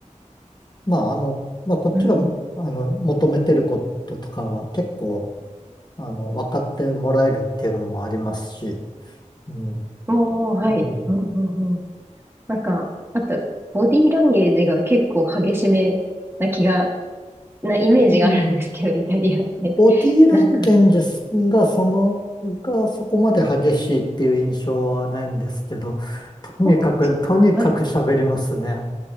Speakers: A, on the left; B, on the right.
A: まあ、あの、まあ、こっちが、
B: うん。
A: あの、求めてることとかは結構、あの、分かってもらえるっていうのもありますし、うん。
B: おー、はい。
A: うん。
B: うんうんなんか、あと、ボディーランゲージが結構激しめな気が、なイメージがあるんですけど、
A: うん。
B: <laughs> イタリアって。
A: ボディーランゲージが、
B: なんか、
A: その、がそこまで激しいっていう印象はないんですけど、とにかく、
B: おー、そうですか、
A: とにかく喋りますね。
B: はい。